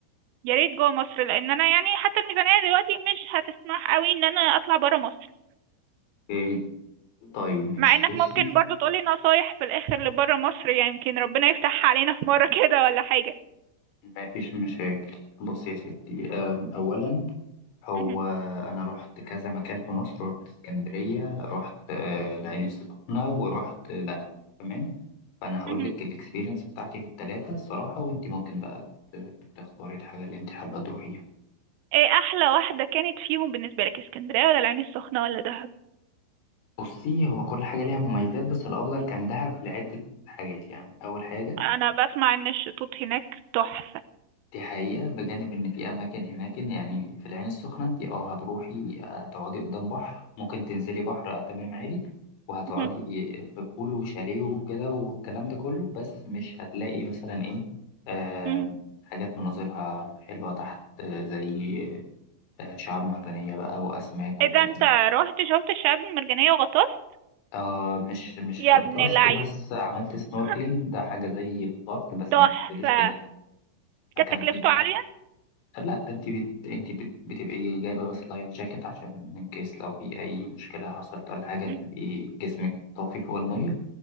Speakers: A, on the right (about 80°); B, on the left (about 85°).
A: يا ريت جوه مصر لان انا يعني حتى الميزانيه دلوقتي مش هتسمح قوي ان انا اطلع بره مصر
B: ايه طيب ماشي
A: مع انك
B: بصي
A: ممكن برضو تقولي نصايح في الاخر لبره مصر يعني يمكن ربنا يفتحها علينا في مرة <laughs> كده ولا حاجة
B: ما فيش مشاكل بصي يا ستي آم، اولا هو
A: مهم.
B: انا رحت كذا مكان في مصر رحت اسكندريه رحت آه، العين السخنه ورحت دهب تمام فانا هقول
A: مهم.
B: لك الاكسبيرينس بتاعتي في الثلاثه الصراحه وانت ممكن بقى ت- تختاري الحاجه اللي انت حابه تروحيها
A: ايه احلى واحدة كانت فيهم بالنسبة لك اسكندرية ولا العين السخنة ولا دهب
B: بصي هو كل حاجة ليها مميزات بس الأفضل كان دهب لعدة حاجات يعني أول حاجة
A: انا بسمع ان الشطوط هناك تحفة
B: دي حقيقة بجانب إن في أماكن هناك يعني في العين السخنة أنت أه هتروحي آه، تقعدي قدام بحر ممكن تنزلي بحر آه، تمام عادي وهتقعدي
A: مهم.
B: في بول وشاليه وكده والكلام ده كله بس مش هتلاقي مثلا إيه آه
A: مهم.
B: حاجات مناظرها حلوة تحت آه، زي آه، شعاب مرجانية بقى وأسماك
A: ايه
B: والكلام
A: ده انت رحت شفت الشعاب المرجانية وغطست
B: آه مش مش
A: يا
B: غطست
A: ابن اللعيب
B: بس عملت سنوركلينج
A: <laughs>
B: ده حاجة زي الغطس بس
A: تحفة
B: ما بتنزليش جبل فكان
A: كانت تكلفته
B: في بقى
A: عالية
B: لا انت بت... انت بت... بتبقي جايبة بس لايف جاكيت عشان ان كيس لو في اي مشكلة حصلت ولا حاجة تبقي
A: مهم.
B: جسمك طافي فوق المية